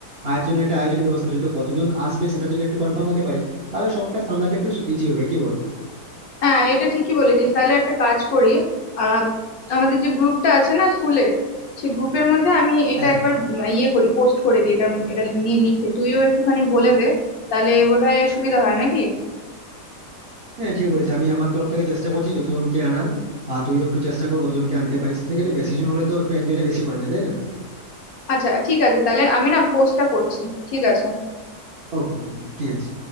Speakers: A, on the right; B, on the left.
A: আয়োজনের একটা আয়োজনের ব্যবস্থা রয়েছে তো কতজন আসবে সেটা যদি একটু কনফার্ম হতে পারি তাহলে সবটা সামলাতে একটু ইজি হবে কি বল
B: হ্যাঁ এটা ঠিকই বলেছিস তাহলে একটা কাজ করি আহ আমাদের যে গ্রুপটা আছে না স্কুলের সেই গ্রুপের মধ্যে আমি এটা
A: হ্যাঁ
B: একবার উম ইয়ে করি পোস্ট করে দিই এটা এটা নিয়ে লিখে তুইও একটুখানি বলে দে তাহলে বোধহয় সুবিধা হয় নাকি
A: হ্যাঁ ঠিক বলেছি আমি আমার তরফ থেকে চেষ্টা করছি যতজনকে আনার আর তুইও একটু চেষ্টা কর কতজনকে আনতে পারিস থেকে একটু বেশি জন হলে তো একটু এনজয়টা বেশি করা যায় তাই না
B: আচ্ছা ঠিক আছে তাহলে আমি না পোস্টটা করছি ঠিক আছে
A: ওকে ঠিক আছে